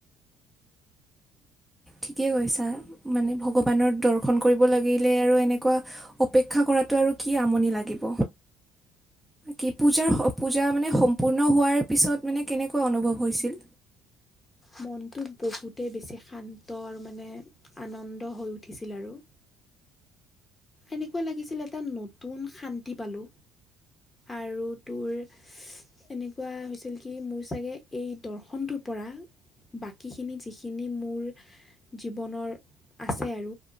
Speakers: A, in the centre; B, on the left.
A: ঠিকেই কৈছা, মানে ভগৱানৰ দৰ্শন কৰিব লাগিলে আৰু এনেকুৱা অপেক্ষা কৰাতো আৰু কি আমনি লাগিব, কি পূজাৰ পূজা মানে সম্পূৰ্ণ হোৱাৰ পিছত মানে কেনেকৈ অনুভৱ হৈছিল?
B: মনটো বহুতেই বেছি শান্ত আৰু মানে, আনন্দ হৈ উঠিছিল আৰু। এনেকুৱা লাগিছিল এটা নতুন শান্তি পালোঁ, আৰু তোৰ এনেকুৱা হৈছিল কি মোৰ চাগে এই দৰ্শনটোৰ পৰা বাকীখিনি যিখিনি মোৰ জীৱনৰ, আছে আৰু,